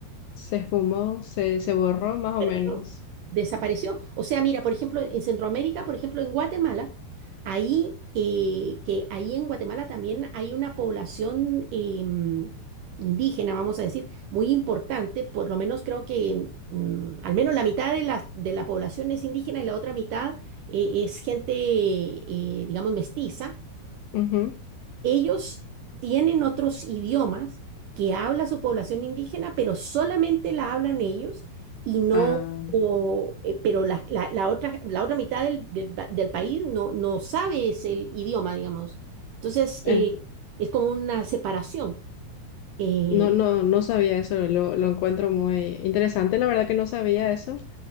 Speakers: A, on the left (about 80°); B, on the right (about 75°).
A: Se esfumó, se, se borró más o
B: perdió,
A: menos.
B: desapareció. O sea, mira, por ejemplo, en Centroamérica, por ejemplo, en Guatemala, ahí, eh, que ahí en Guatemala también hay una población em, indígena, vamos a decir, muy importante, por lo menos creo que mm, al menos la mitad de la, de la población es indígena y la otra mitad eh, es gente, eh, digamos, mestiza
A: Ujú.
B: ellos tienen otros idiomas que habla su población indígena, pero solamente la hablan ellos y no,
A: Ah,
B: o, eh, pero la, la- la otra, la otra mitad del, del pa- del país no, no sabe ese idioma, digamos. Entonces,
A: en-
B: eh, es como una separación. eh,
A: no, no, no sabía eso, lo, lo encuentro muy interesante. La verdad que no sabía eso.